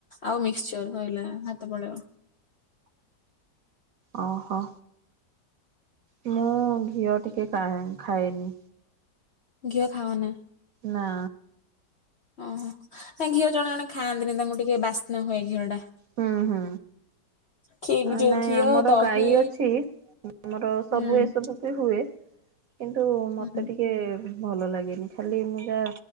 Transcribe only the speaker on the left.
ଆଉ ମିକ୍ସଚର୍ ଧଇଲା ଭାତ ପଳେଇବ।
ଘିଅ ଖାଅନା?
ଓହୋ। ନା ଘିଅ ଜଣେ ଜଣେ ଖାଆନ୍ତିନି ତାଙ୍କୁ ଟିକେ ବାସ୍ନା ହୁଏ ଘିଅ ଟା।
ଖି
ଯୋଉ
ଘିଅ
ଦହି
ହୁଁ
ହୁଁ